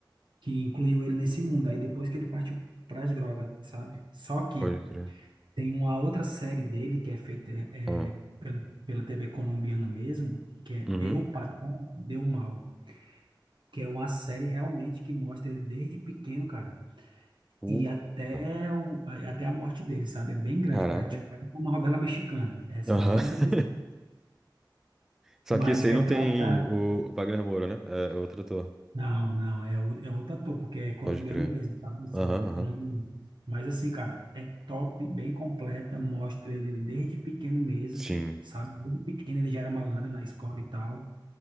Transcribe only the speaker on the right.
que incluiu ele nesse mundo. Aí depois que ele partiu para as drogas, sabe? Só que
tem uma outra série dele que é feita é,
pela, pela TV colombiana mesmo, que é
Eu, Patrão, Deu Mal que é uma série realmente que mostra ele desde pequeno, cara,
e até, o, a- até a morte dele, sabe? É bem grande,
parece, tipo, parece uma novela mexicana. É, são
vários episódios,
mas
retrata.
Não, não, é, o- é outro ator, porque é colombiano
mesmo, sabe? São
ator colombiano.
Mas assim, cara, é top, bem completa, mostra ele desde pequeno mesmo,
sabe? Desde pequeno ele já era malandro na escola e tal.